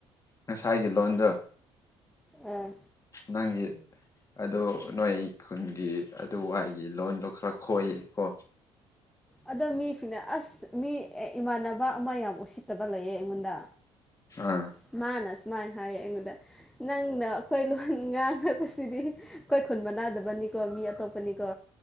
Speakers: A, on the left; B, in the centre.
A: ꯉꯁꯥꯏꯒꯤ ꯂꯣꯟꯗꯣ
B: ꯑꯥ
A: ꯅꯪꯒꯤ ꯑꯗꯣ ꯅꯣꯏ ꯈꯨꯟꯒꯤ ꯑꯗꯨꯋꯥꯏꯒꯤ ꯂꯣꯟꯗꯣ ꯈꯔ ꯈꯣꯏꯌꯦ ꯀꯣ
B: ꯑꯗꯣ ꯃꯤꯁꯤꯡꯅ ꯑꯁ ꯃꯤ ꯏꯃꯥꯟꯅꯕ ꯑꯃ ꯌꯥꯝ ꯎꯁꯤꯠꯇꯕ ꯂꯩꯌꯦ ꯑꯩꯉꯣꯟꯗ
A: ꯑꯥ
B: ꯃꯥꯅ ꯁꯨꯃꯥꯏꯅ ꯍꯥꯏꯌꯦ ꯑꯩꯉꯣꯟꯗ ꯅꯪꯅ ꯑꯩꯈꯣꯏ ꯂꯣꯟ ꯉꯥꯡꯉꯛꯄꯁꯤꯗꯤ ꯑꯩꯈꯣꯏ ꯈꯨꯟ ꯃꯥꯟꯅꯥꯗꯕꯅꯤꯀꯣ ꯃꯤ ꯑꯇꯣꯞꯄꯅꯤꯀꯣ